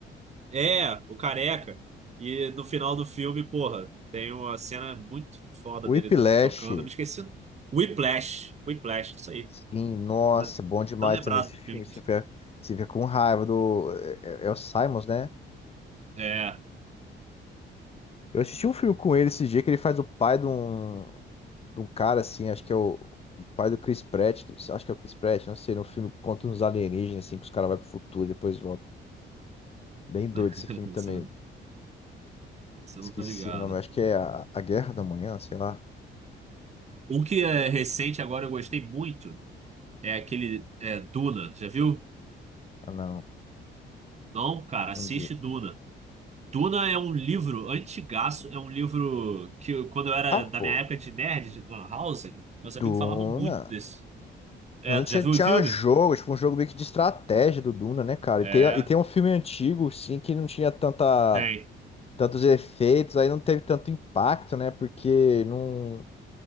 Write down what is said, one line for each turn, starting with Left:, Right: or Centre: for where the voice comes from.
Right: É, o careca. E no final do filme, porra, tem uma cena muito foda
Left: O
Right: dele
Left: Whiplash,
Right: do- tocando. Eu Me esqueci. Whiplash. Whiplash, isso aí.
Left: sim, nossa,
Right: Tava
Left: bom demais
Right: tão lembrado
Left: também esse
Right: do
Left: filme.
Right: filme.
Left: Você fica, você fica com raiva do. É, é é o Simons, né?
Right: É,
Left: Eu assisti um filme com ele esse dia que ele faz o pai de um, de um cara, assim, acho que é o, o pai do Chris Pratt. Acho que é o Chris Pratt, não sei. No filme conta uns alienígenas, assim, que os caras vão pro futuro e depois voltam. Bem doido
Right: <laughs>
Left: esse filme também.
Right: isso eu isso eu
Left: Esqueci
Right: não tô ligado.
Left: o nome, acho que é A, A Guerra da Manhã, sei lá.
Right: Um que é recente agora eu gostei muito é aquele é, Duna, já viu?
Left: Ah, não.
Right: Não, cara, assiste
Left: Um dia.
Right: Duna. Duna é um livro antigaço, é um livro que eu- quando eu era
Left: Ah,
Right: da
Left: pô.
Right: minha época de nerd, de Lan House, meus amigos
Left: Duna.
Right: falavam muito desse. É,
Left: Duna
Right: tu
Left: tinha,
Right: já viu
Left: tinha
Right: o filme?
Left: jogo, tipo, um jogo meio que de estratégia do Duna, né, cara?
Right: É,
Left: E tem, e tem um filme antigo, sim, que não tinha tanta,
Right: tem.
Left: tantos efeitos, aí não teve tanto impacto, né? Porque não,